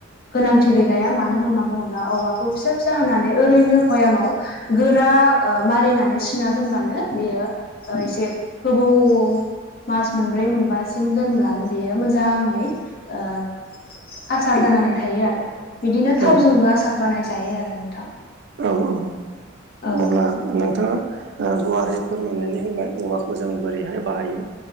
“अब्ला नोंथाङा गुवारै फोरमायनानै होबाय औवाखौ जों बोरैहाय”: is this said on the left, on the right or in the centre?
Right